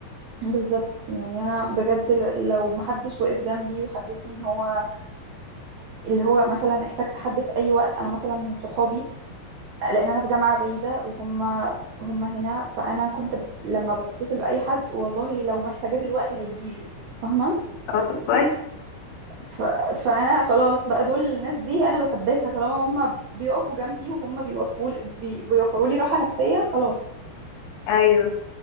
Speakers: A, on the right; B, on the left.
A: بالظبط يعني انا بجد ل- لو محدش وقف جنبي وحسسني ان هو اللي هو مثلا احتجت حد في اي وقت انا مثلا من صحابي لان انا في جامعة بعيدة وهم هم هنا فانا كنت ب- لما بتصل باي حد والله لو محتاجاه دلوقتي هيجيلي فاهمة
B: اه طب كويس
A: ف... فانا خلاص بقى دول الناس دي انا بثبتها طالما هم بيقفوا جنبي وهم بيوفوا بي... بيوفروا لي راحة نفسية خلاص
B: ايوه